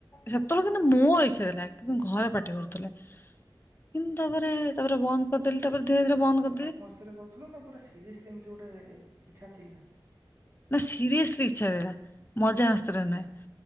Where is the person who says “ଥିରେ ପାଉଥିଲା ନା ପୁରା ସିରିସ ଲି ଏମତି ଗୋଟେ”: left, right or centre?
Right